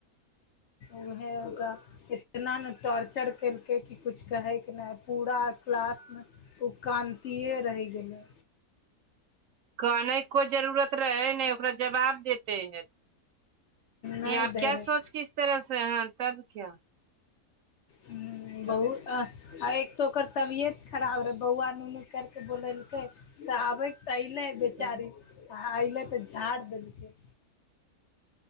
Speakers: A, on the left; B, on the right.
A: उहे गा इतना नै टॉर्चर केलकै कि कुछ कहैके नै आय पूरा क्लासमे। उ कानतिये रैह गेलै।
B: कानै के कोय जरूरत रहैै नै, ओकरा जवाब देते हे। कि
A: नहि
B: आप
A: दै
B: क्या
A: रहै
B: सोच के इस तरह से हां तब क्या।
A: हुं बहुत
B: तब
A: आ आ एक तऽ ओकर तबियत खराब रहै बौअवा नुनु कैर कऽ बोलेलकै। तऽ आबै के ते एलै बेचारी,
B: तब
A: आ एलै तऽ झाड़ देलकै।